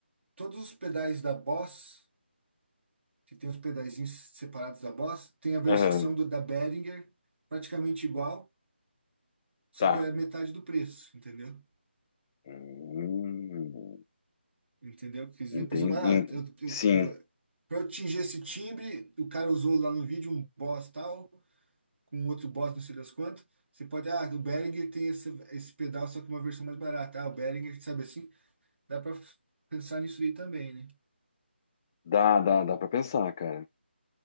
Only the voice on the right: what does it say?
todos os pedais da Boss, que tem os pedazinhos separados da Boss, tem a versão
do, da Behringer praticamente igual só
que é metade do preço, entendeu?
Entendeu? Quer dizer,
por exemplo, ah,
eu, eu,
eu vou, pra eu atingir esse timbre, o cara usou lá no vídeo um Boss tal, com um outro Boss não sei das quantas. Você pode, ah, o Behringer tem esse, esse pedal, só que uma versão mais barata. Ah, o Behringer, sabe assim? Dá pra pensar nisso aí também, né?